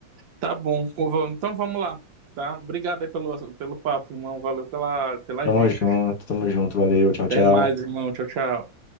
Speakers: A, on the right; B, on the left.
A: Tá bom. Então vamos lá, tá? Obrigado aí pelo, pelo papo, irmão. Valeu pela, pelas
B: Tamo
A: dicas.
B: junto, tamo junto, valeu, tchau, tchau.
A: Até mais, irmão. Tchau, tchau.